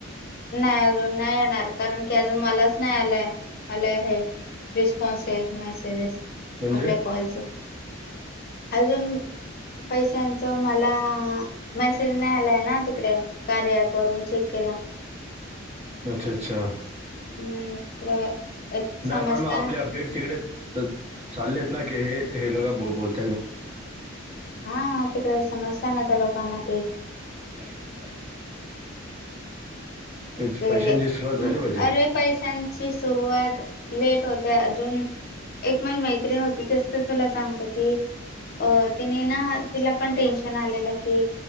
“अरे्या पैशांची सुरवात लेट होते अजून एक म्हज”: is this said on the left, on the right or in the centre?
Left